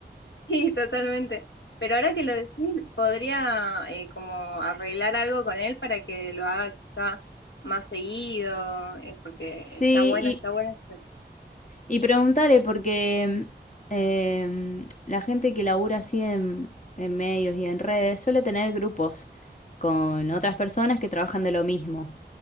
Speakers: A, on the left (about 85°); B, on the left (about 45°).
A: Sí, totalmente. Pero ahora que lo decís, podría eh, como arreglar algo con él para que lo haga quizá más seguido, eh, porque
B: Sí,
A: está buena,
B: y,
A: está buena. esta-
B: y preguntaré porque eh, la gente que labura así en, en medios y en redes suele tener grupos con otras personas que trabajan de lo mismo.